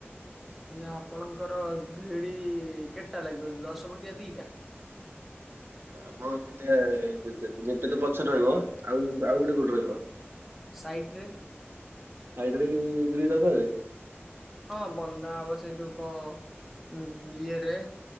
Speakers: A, in the centre; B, on the right.
A: ଆଜ୍ଞା ଆପଣଙ୍କର ଭିଡ଼ି କେତେଟା ଲାଗିବ ଦଶ ପଟିଆ ଦିଟା?
B: ଆପଣଙ୍କ କେତେ ଗୋଟେ ତ ପଛରେ ରହିବ। ଆଉ ଆଉ ଗୋଟେ କଉଠେ ରହିବ?
A: ସାଇଟ୍ ରେ।
B: ସାଇଟ୍ ରେ ବି ଗ୍ରିଡ ଦେବେ?
A: ହଁ ବନ୍ଧା ହବ ସେ ଯୋଉ କଣ ଉଁ ଇଏରେ।